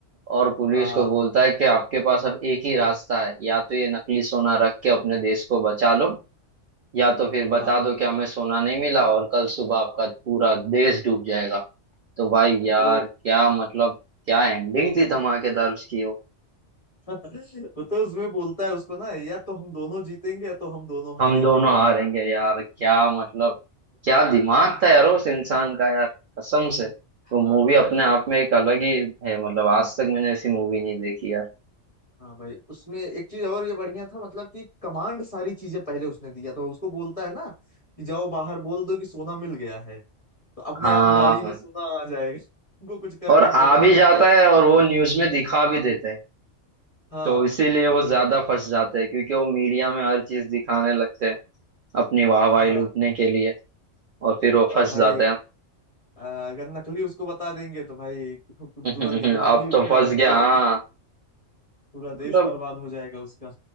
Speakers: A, on the right (about 55°); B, on the left (about 30°).
A: और पुलिस
B: हाँ
A: को बोलता है कि आपके पास अब एक ही रास्ता है या तो ये नकली सोना रख के अपने देश को बचा लो या तो फिर बता
B: हाँ
A: दो कि हमें सोना नहीं मिला और कल सुबह आपका पूरा देश डूब जाएगा तो भाई यार
B: वो
A: क्या मतलब क्या एंडिंग थी धमाकेदार उसकी
B: वो तो उसमें बोलता है उसको ना या तो हम दोनों जीतेंगे या तो हम दोनों
A: हम
B: हारेंगे
A: दोनों हारेंगे यार क्या मतलब क्या दिमाग था यार उस इंसान का यार कसम से वो
B: हाँ
A: मूवी अपने आप में एक अलग ही है मतलब आज तक मैंने ऐसी मूवी नहीं देखी यार
B: हाँ भाई उसमें एक चीज और ये बढ़िया था मतलब कि कमांड सारी चीजें पहले उसने दिया तो उसको बोलता है ना कि जाओ बाहर बोल दो कि सोना मिल गया है तो अपने
A: हाँ
B: आप गाड़ी में सोना आ जाएगा तुमको कुछ करने
A: और आ
B: की जरूरत
A: भी
B: नहीं
A: जाता
B: है
A: है और वो न्यूज में दिखा भी देते हैं
B: हाँ
A: तो इसीलिए वो ज्यादा फंस जाते हैं क्योंकि वो मीडिया में हर चीज दिखाने लगते हैं अपनी वाहवाही
B: हाँ
A: लूटने के लिए और फिर वो फंस
B: अब भाई
A: जाते हैं
B: आ, अगर नकली उसको बता देंगे तो भाई तु- तु-
A: <laughs>
B: तुरंत इकोनॉमी
A: अब तो
B: डाउन
A: फंस
B: हो
A: गया
B: जाएगी
A: हाँ
B: पूरा
A: मतलब
B: देश बर्बाद हो जाएगा उसका